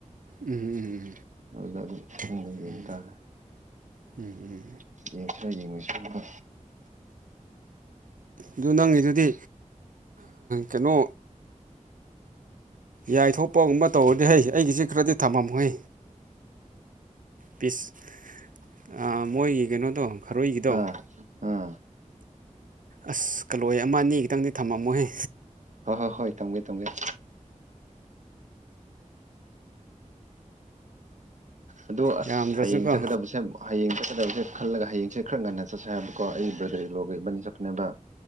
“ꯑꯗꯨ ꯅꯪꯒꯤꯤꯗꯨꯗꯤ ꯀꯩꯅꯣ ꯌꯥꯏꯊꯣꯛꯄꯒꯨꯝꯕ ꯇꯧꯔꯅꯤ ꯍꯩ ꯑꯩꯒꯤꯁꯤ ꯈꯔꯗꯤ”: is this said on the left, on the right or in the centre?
Right